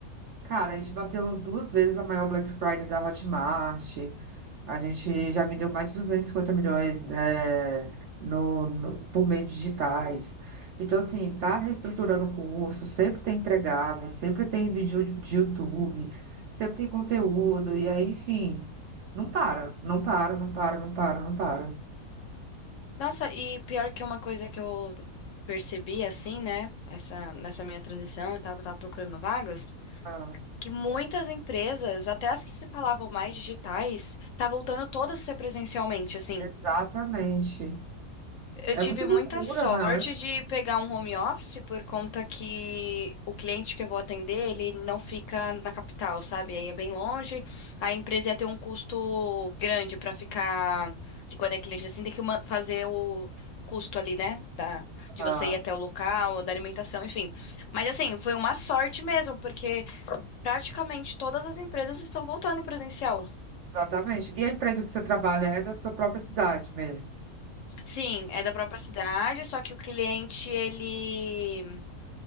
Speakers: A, on the right; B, on the left.
A: Cara, a gente bateu duas vezes a maior Black Friday da Hotmart. A gente já vendeu mais de 250 milhões, né, no, no- por meio de digitais. Então, assim, tá reestruturando o curso, sempre tem entregáveis, sempre tem vídeo de YouTube, sempre tem conteúdo, e aí, enfim, não para, não para, não para, não para, não para.
B: Nossa, e pior que uma coisa que eu percebi assim, né? Essa, nessa minha transição e tal, que eu tava procurando vagas,
A: Ah,
B: que muitas empresas, até as que se falavam mais digitais, tá voltando todas a ser presencialmente, assim.
A: exatamente.
B: Eu
A: É
B: tive
A: muito loucura,
B: muita sorte
A: né?
B: de pegar um home office por conta que o cliente que eu vou atender, ele não fica na capital, sabe? Aí é bem longe. A empresa ia ter um custo grande pra ficar, que quando é cliente assim, tem que ma- fazer o o custo ali, né, da de
A: Ah,
B: você ir até o local, da alimentação, enfim. Mas assim, foi uma sorte mesmo, porque praticamente todas as empresas estão voltando presencial.
A: exatamente. E a empresa que você trabalha é da sua própria cidade mesmo?
B: Sim, é da própria cidade, só que o cliente ele